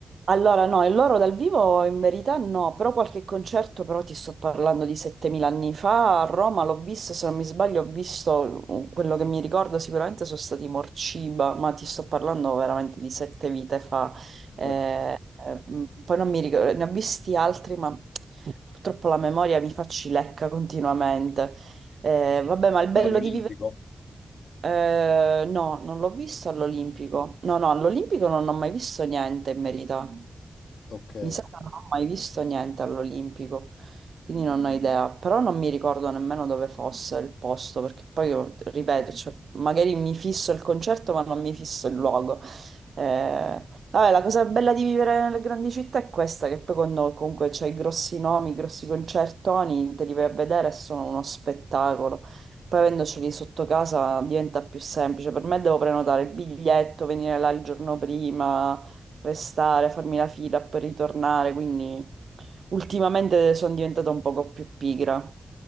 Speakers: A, on the right (about 60°); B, on the left (about 70°).
A: Allora, no, e loro dal vivo in verità no, però qualche concerto, però ti sto parlando di 7000 anni fa, a Roma l'ho visto, se non mi sbaglio, ho visto uh, quello che mi ricordo sicuramente sono stati i Morciba, ma ti sto parlando veramente di sette vite fa. Eh,
B: Eh.
A: eh, m, poi non mi ricordo, ne ho visti altri, ma purtroppo la memoria mi fa cilecca continuamente. Eh, vabbè, ma il bello
B: Ma all'Olimpico?
A: di vivere... eh, no, non l'ho visto all'Olimpico. No, no, all'Olimpico non ho mai visto niente in verità.
B: Ok.
A: Mi sa che non ho mai visto niente all'Olimpico, quindi non ho idea, però non mi ricordo nemmeno dove fosse il posto, perché poi io, ripeto, cioè, magari mi fisso il concerto, ma non mi fisso il luogo. Eh, vabbè, la cosa bella di vivere nelle grandi città è questa, che poi quando comunque c'hai i grossi nomi, i grossi concertoni, te li vai a vedere e sono uno spettacolo. Poi avendoceli sotto casa diventa più semplice. Per me devo prenotare il biglietto, venire là il giorno prima restare, farmi la fila per ritornare, quindi ultimamente sono diventata un poco più pigra,